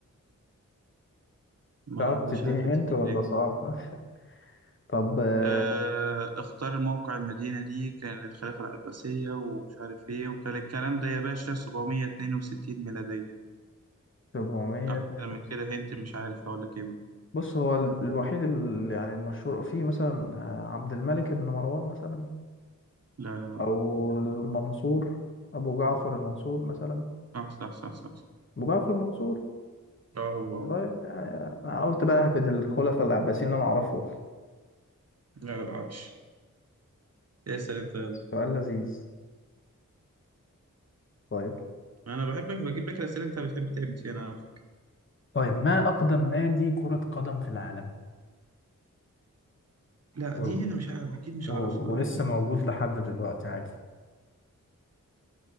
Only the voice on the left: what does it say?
تعرف
تديني
هنت
ولا
صعب <laughs> طب آه،
462
بص هو ال- الوحيد اللي يعني المشهور فيه مثلا آه، عبد الملك بن مروان مثلا
او المنصور ابو جعفر المنصور مثلا
ابو جعفر المنصور
والله يعني انا قلت بقى اهبد الخلفاء العباسيين اللي انا اعرفه
سؤال لذيذ طيب
طيب ما اقدم نادي كرة قدم في العالم
و...
و...
ولسه
موجود لحد دلوقتي عادي